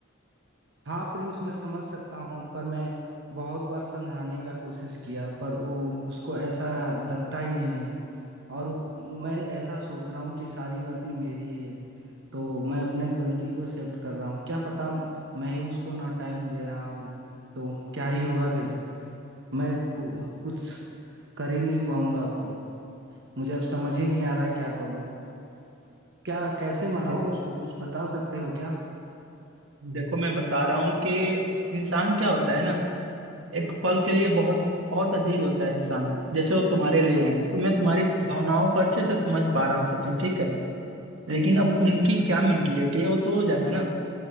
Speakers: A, on the right; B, on the right.
A: हाँ प्रिंस मैं समझ सकता हूँ पर मैं बहुत बार समझाने का कोशिश किया पर वो उसको ऐसा लगता ही नहीं है और मैं ऐसा सोच रहा हूँ कि सारी गलती मेरी ही है तो मैं अपने गलती को एक्सेप्ट कर रहा हूँ क्या पता मैं ही उसको ना टाइम दे रहा हूँ तो क्या ही होगा फिर मैं तो कुछ कर ही नहीं पाऊंगा अब तो मुझे अब समझ ही नहीं आ रहा है क्या करूँ क्या कैसे मनाऊं
B: नहीं देखो
A: उसको कुछ बता सकते हो क्या
B: देखो मैं बता रहा हूँ कि इंसान क्या होता है ना एक पल के लिए बहुत बहुत अजीज होता है इंसान जैसे वो तुम्हारे लिए हैं तो मैं तुम्हारी भावनाओं को अच्छे से समझ पा रहा हूँ सचिन ठीक है लेकिन अब उनकी क्या मेंटेलिटी है वो तो वो जाने ना